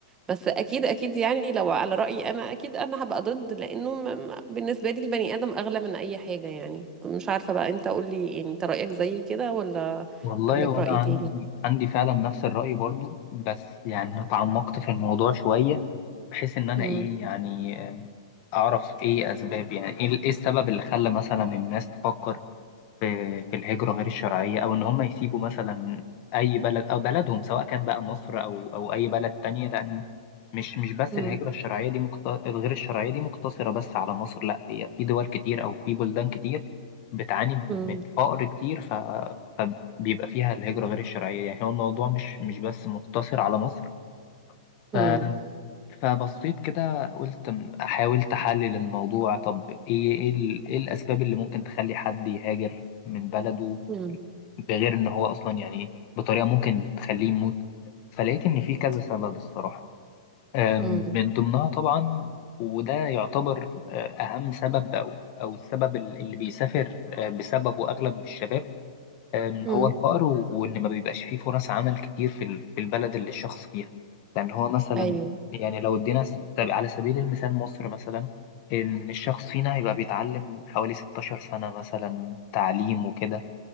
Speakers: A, on the right; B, on the left.
A: بس أكيد أكيد يعني لو على رأيي أنا أكيد أنا هبقى ضد لأنه م- م- بالنسبة لي البني آدم أغلى من أي حاجة يعني مش عارفة بقى أنت قولي يعني أنت رأيك زي كده ولا
B: والله
A: عندك
B: وأنا
A: رأي
B: عندي
A: تاني
B: عندي فعلا نفس الرأي برضو بس يعني أنا اتعمقت في الموضوع شوية بحيث إن أنا
A: مم.
B: إيه يعني آه، أعرف إيه أسباب يعني إيه إيه السبب اللي خلى مثلا الناس تفكر في في الهجرة غير الشرعية أو إن هم يسيبوا مثلا أي بلد أو بلدهم سواء كان بقى مصر أو أو أي بلد تانية لأن مش مش بس
A: مم.
B: الهجرة الشرعية دي مقت... الغير الشرعية دي مقتصرة بس على مصر لا هي في دول كتير أو في بلدان كتير بتعاني من
A: مم.
B: من فقر كتير ف... فبيبقى فيها الهجرة غير الشرعية يعني هو الموضوع مش مش بس مقتصر على مصر ف...
A: مم.
B: فبصيت كده قلت م- حاولت احلل الموضوع طب ايه ايه, ال... ايه الاسباب اللي ممكن تخلي حد يهاجر من بلده
A: مم.
B: بغير ان هو اصلا يعني بطريقة ممكن تخليه يموت فلقيت ان في كذا سبب الصراحة أم،
A: مم.
B: من ضمنها طبعا وده يعتبر أه، اهم سبب او او السبب ال- اللي بيسافر أه، بسببه اغلب الشباب أم،
A: مم.
B: هو الفقر و- وإن ما بيبقاش فيه فرص عمل كتير في ال- في البلد اللي الشخص فيها لأن هو مثلا
A: أيوه
B: يعني لو ادينا س- طب على سبيل المثال مصر مثلا إن الشخص فينا هيبقى بيتعلم حوالي 16 سنة مثلا تعليم وكده